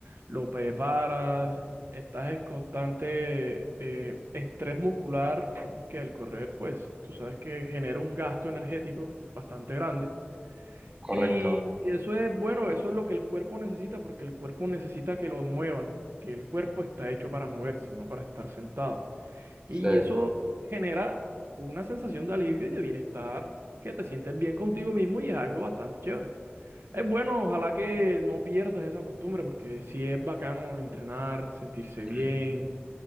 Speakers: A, on the right; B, on the right.
A: lo preparas, estás en constante eh, estrés muscular porque el correr pues tú sabes que genera un gasto energético bastante grande
B: correcto.
A: y eso es bueno, eso es lo que el cuerpo necesita porque el cuerpo necesita que lo muevan, que el cuerpo está hecho para moverse, no para estar sentado. Y
B: Sí.
A: eso genera una sensación de alivio y de bienestar, que te sientes bien contigo mismo y es algo bastante chévere. Es bueno, ojalá que no pierdas esa costumbre, porque sí es bacano entrenar, sentirse bien,
B: Mm,